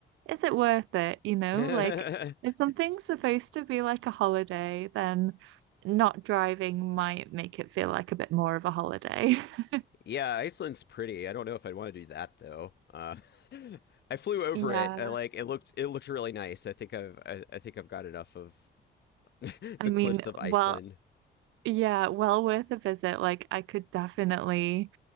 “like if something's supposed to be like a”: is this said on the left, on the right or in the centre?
Right